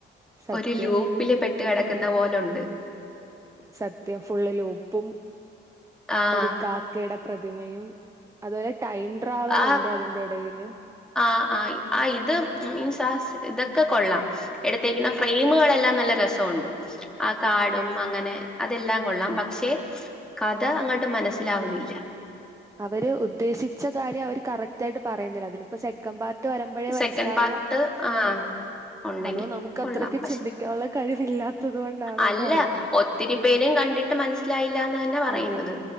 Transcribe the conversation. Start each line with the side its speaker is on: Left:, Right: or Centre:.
Right: സത്യം
Centre: ഒരു ലൂ പ്പില് പെട്ട് കെടക്കുന്ന പോലൊണ്ട്.
Right: സത്യം ഫുള്ള്ലൂപ്പും
Centre: ആഹ്
Right: ഒര് കാ ക്കേടെ പ്രതിമയും അതുപോലെ ടൈം ട്രാവലുണ്ട്
Centre: ആഹ്
Right: അതിന്റെ എടയില്.
Centre: ആഹ് ആഹ് ആഹ് ഇത് മീൻസ് ആസ് ഇതൊക്കെ കൊള്ളാം. എടുത്തേക്കുന്ന ഫ്രെയിമുകളെല്ലാം നല്ല രസോണ്ട്. ആ കാടും അങ്ങനെ അതെല്ലാം കൊള്ളാം പക്ഷെ കഥ അങ്ങോട്ട് മനസ്സിലാവുന്നില്ല.
Right: അവര് ഉദ്ദേശിച്ച കാര്യം അവര് കറക്റ്റായിട്ട് പറയുന്നില്ല അതിനിപ്പം സെക്കൻ്റ് പാർട് ട്ട് വരുമ്പഴേ
Centre: സെക്കൻഡ്
Right: മനസ്സിലാവോ.
Centre: പാർട്ട് ആഹ് ഉണ്ടെങ്കി
Right: അതോ നമുക്കത്രക്ക്
Centre: കൊള്ളാം പക്ഷെ
Right: ചിന്തിക്കാനുള്ള കഴിവില്ലാത്തത് കൊണ്ടാണോന്ന്
Centre: അല്ല
Right: അറിയത്തില്ല.
Centre: ഒത്തിരി പേരും കണ്ടിട്ട് മനസ്സിലായില്ലാന്ന് പറയുന്നത്.
Right: അതെ